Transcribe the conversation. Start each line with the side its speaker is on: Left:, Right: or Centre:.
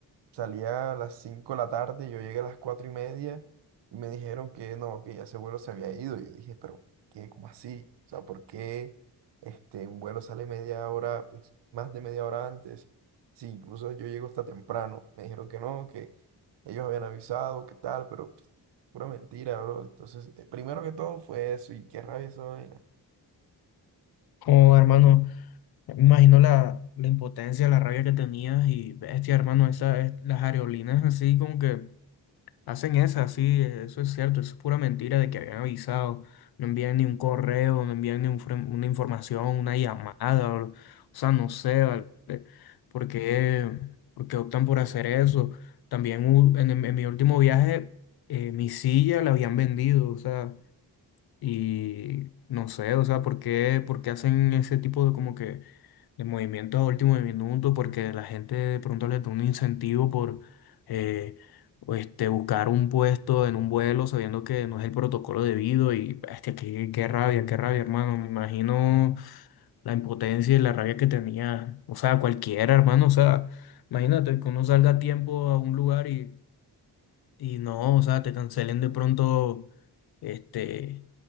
Right: Salía a las 5 de la tarde, yo llegué a las 4 y media y me dijeron que no, que ya ese vuelo se había ido. Yo dije, pero ¿qué? ¿Cómo así? O sea, ¿por qué este, un vuelo sale media hora, pues, más de media hora antes? Sí, incluso yo llego hasta temprano. Me dijeron que no, que ellos habían avisado, que tal, pero pff, pura mentira, bro. Entonces, eh, primero que todo fue eso y qué rabia esa vaina.
Left: Oh, hermano, me imagino la, la impotencia, la rabia que tenías y bestia, hermano, esas, las areolinas así como que Hacen esa, sí, eso es cierto, eso es pura mentira de que habían avisado. No envían ni un correo, no envían ni un fre- una información, una llamada, o, o sea, no sé, ¿vale? ¿Por qué, por qué optan por hacer eso? También hu- en, en mi último viaje, eh, mi silla la habían vendido, o sea, y no sé, o sea, ¿por qué, por qué hacen ese tipo de como que de movimientos a último minuto? Porque la gente de pronto les da un incentivo por eh, o este, buscar un puesto en un vuelo sabiendo que no es el protocolo debido y bestia, qué, qué rabia, qué rabia, hermano. Me imagino la impotencia y la rabia que tenía, o sea, cualquiera, hermano, o sea, imagínate que uno salga a tiempo a un lugar y y no, o sea, te cancelen de pronto este,